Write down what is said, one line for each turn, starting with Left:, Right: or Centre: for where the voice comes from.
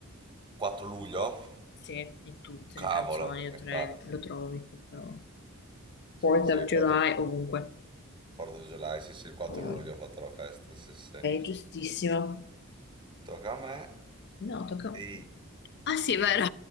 Right: 4 luglio?
Left: Sì, in tutte
Right: Cavolo,
Left: le canzoni lo,
Right: infatti.
Left: tre- lo trovi proprio. 4th
Right: Sì,
Left: of
Right: il
Left: July,
Right: 4
Left: ovunque.
Right: 4 July, sì, sì, il 4
Left: Ok,
Right: luglio ho fatto la festa, sì, sì.
Left: giustissimo.
Right: Tocca a me.
Left: No, tocca.
Right: E
Left: Ah sì, è vero.